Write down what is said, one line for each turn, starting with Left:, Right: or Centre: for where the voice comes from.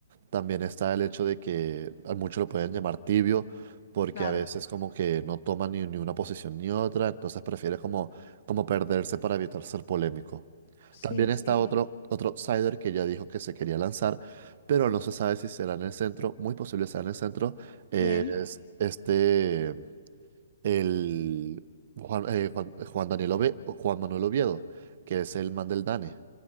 Right: También está el hecho de que a muchos lo pueden llamar tibio porque
Left: claro,
Right: a veces como que no toma ni, ni una posición ni otra, entonces prefiere como, como perderse para evitar ser polémico.
Left: sí,
Right: También está
Left: sí.
Right: otro, otro outsider que ya dijo que se quería lanzar, pero no se sabe si será en el centro, muy posible será en el centro.
Left: ¿Quién?
Right: eh, es este, el Juan, eh, Juan, Juan Daniel Ove- Juan Manuel Oviedo, que es el man del DANE.